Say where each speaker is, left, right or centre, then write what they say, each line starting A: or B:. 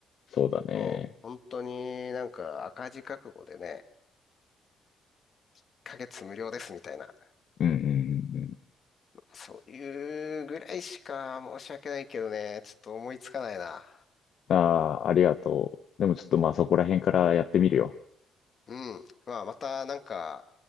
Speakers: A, on the left; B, on the left.
A: そうだね。
B: もう、本当になんか赤字覚悟でね、1ヶ月無料ですみたいな。
A: うんうんうんうん。
B: そういうぐらいしか申し訳ないけどね、ちょっと思いつかないな。
A: ああ、ありがとう。でもちょっとまあそこら辺からやってみるよ。
B: うん。まあ、またなんか